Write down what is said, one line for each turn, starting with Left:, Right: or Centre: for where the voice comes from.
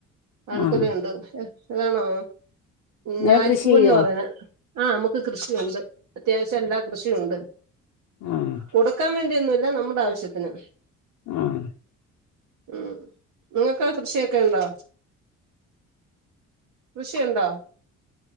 Right: വാഴക്കൊല
Left: ആഹ്
Right: ഒണ്ട് ഇതാണോ
Left: നിങ്ങള്
Right: ഞാലിപ്പൂവൻന്ന്
Left: കൃഷി ചെയ്യോ
Right: പറയ്ണ ആ നമുക്ക് കൃഷിയുണ്ട് അത്യാവശ്യം എല്ലാ കൃഷിയൊണ്ട്
Left: ആഹ്
Right: കൊടുക്കാൻ വേണ്ടിയൊന്നൂല്ല നമ്മുടെ ആവശ്യത്തിന്
Left: ആഹ്
Right: ഉം നിങ്ങക്ക് കൃഷിയൊക്കെ ഉണ്ടോ കൃഷി ഒണ്ടോ